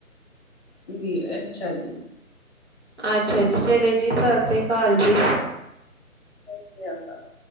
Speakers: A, on the left; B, on the right.
A: ਜੀ ਅੱਛਾ ਜੀ
B: ਅੱਛਾ ਜੀ ਚਲੇ ਜੀ ਸਤਿ ਸ੍ਰੀ ਅਕਾਲ ਜੀ
A: ਸਤਿ ਸ੍ਰੀ ਕਾਲ